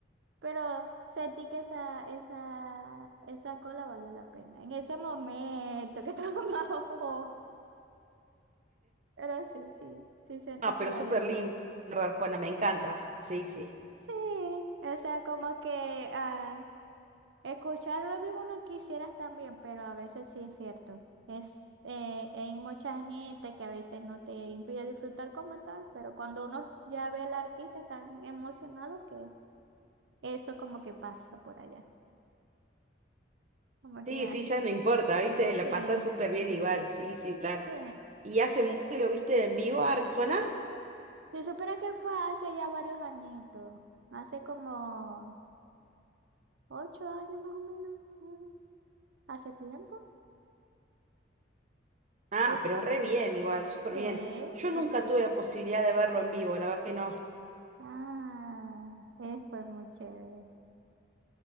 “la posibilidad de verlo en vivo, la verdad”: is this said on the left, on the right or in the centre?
Right